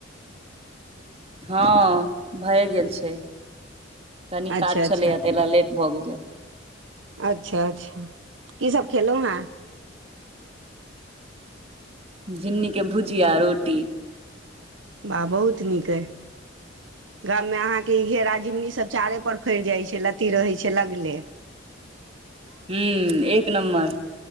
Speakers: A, on the right (about 30°); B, on the right (about 75°).
A: हँ भए गेल छै कनी
B: अच्छा
A: काज
B: अच्छा
A: छलैए ताहि ल लेट भऽ गेलै
B: अच्छा अच्छा की सब खेलौ हें
A: झिगनीके भुजिया आ रोटी
B: वाह बहुत नीक अय गाममें अहाँके ई घेरा झिंगुनी सब चारे पर फड़ि जाय छै लत्ती रहै छै लटकल
A: ह्म एक नम्बर